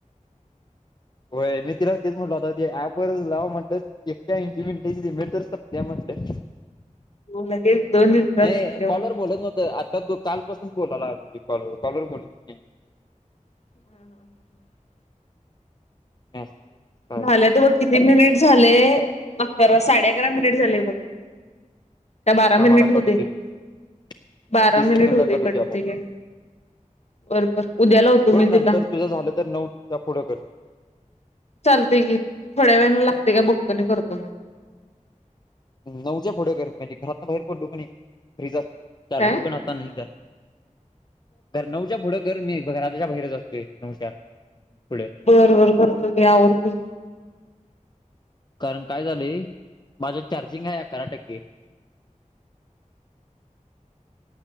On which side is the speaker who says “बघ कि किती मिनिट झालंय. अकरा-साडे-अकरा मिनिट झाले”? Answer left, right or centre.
Left